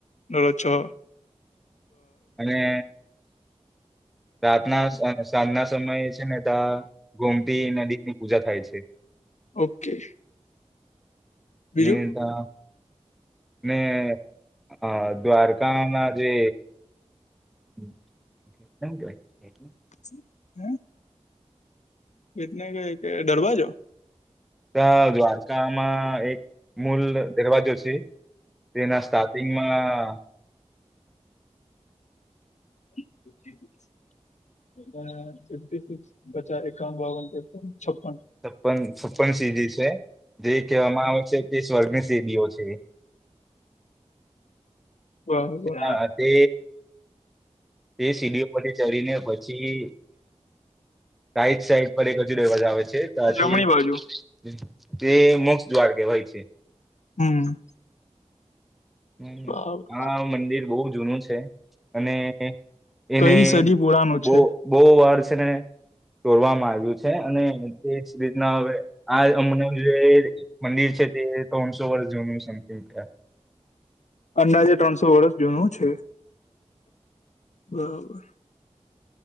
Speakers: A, on the left; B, in the centre.
A: કરો છો.
B: અને રાતના સાંજના સમયે છે ને ત્યાં ગોમતી નદીકની પૂજા થાય છે.
A: ઓકે. બીજું
B: ને ત્યાં ને અ દ્વારકા ના જે <unintelligible> થેંકયુ ભાઈ
A: <unintelligible> હ એટને કઈ કે દરવાજો
B: ત્યાં દ્વારકામાં એક મૂલ દરવાજો છે. તેના સ્ટાર્ટિંગમાં.
A: <inaudible> અ ફિફ્ટી સિક્સ પચાસ એકાવન બાવન તેપન છપ્પન.
B: છપ્પન છપ્પન સીડી છે જે કહેવામાં આવે છે કે સ્વર્ગની સીડીઓ છે.
A: બરાબર
B: હા તે. તે સીડીઓ પરથી ચઢીને પછી. રાઈટ સાઈડ પર એક હજુ દરવાજો આવે છે પછી.
A: જમણી બાજુ
B: તે મોક્ષ દ્વાર કહેવાય છે.
A: હમ.
B: હમ
A: બરાબર
B: આ મંદિર બહુ જૂનું છે અને. એને
A: કઈ સદી પુરાનું
B: બો
A: છે
B: બહુ વાર છે ને. તોડવામાં આવ્યું છે અને તે જ રીતના હવે આ અમને જે. મંદિર છે તે ત્રણસો વર્ષ જૂનું છે એમ કે.
A: અંદાજે ત્રણસો વર્ષ જૂનું છે બરાબર.